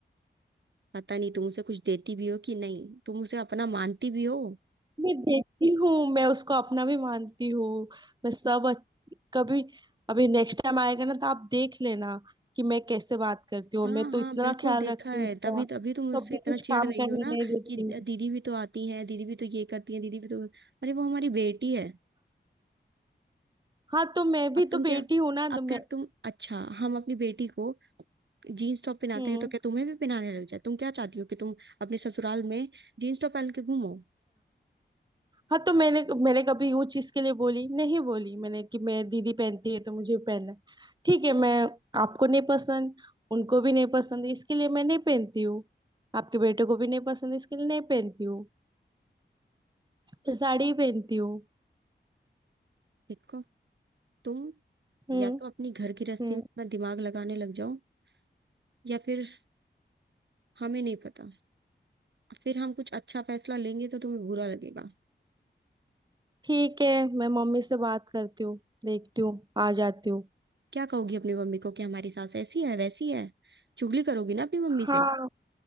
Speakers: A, on the right; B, on the right.
A: पता नहीं तुम उसे कुछ देती भी हो कि नहीं तुम उसे अपना मानती भी हो
B: मैं देखती हूँ मैं उसको अपना भी मानती हूँ मैं सब अच्छ- कभी अभी नेक्स्ट टाइम आएगा ना तो आप देख लेना कि मैं कैसे बात करती हूँ
A: हाँ
B: और मैं तो
A: हाँ
B: इतना
A: बिल्कुल
B: ख्याल
A: देखा
B: रखती
A: है
B: हूँ उसका
A: तभी तभी तुम उससे
B: कभी
A: इतना
B: कुछ
A: चिढ़
B: काम
A: रही
B: करने
A: हो ना
B: नहीं देती
A: कि द-
B: हूँ
A: दीदी भी तो आती है दीदी भी तो ये करती है दीदी भी तो अरे वो हमारी बेटी है
B: हाँ तो मैं भी
A: अब
B: तो
A: तुम क्या
B: बेटी हूँ ना
A: अब
B: तो मैं
A: क्या तुम अच्छा हम अपनी बेटी को जीन्स टॉप पहनाते
B: हम्म
A: हैं तो क्या तुम्हें भी पहनाने लग जाए तुम क्या चाहती हो कि तुम अपने ससुराल में जीन्स टॉप पहन के घूमो
B: हाँ तो मैंने मैंने कभी वो चीज के लिए बोली नहीं बोली मैंने कि मैं दीदी पहनती है तो मुझे भी पहनना है। ठीक है मैं आपको नहीं पसंद उनको भी नहीं पसंद इसके लिए मैं नहीं पहनती हूँ आपके बेटे को भी नहीं पसंद इसके लिए नहीं पहनती हूँ मैं साड़ी ही पहनती हूँ
A: देखो तुम
B: हम्म
A: या तो अपनी घर की रस्सी
B: हम्म
A: में अपना दिमाग लगाने लग जाओ या फिर हमें नहीं पता फिर हम कुछ अच्छा फैसला लेंगे तो तुम्हें बुरा लगेगा
B: ठीक है मैं मम्मी से बात करती हूँ देखती हूँ आ जाती हूँ
A: क्या कहोगी अपनी मम्मी को कि हमारी सास ऐसी है वैसी है चुगली करोगी ना अपनी मम्मी
B: हाँ
A: से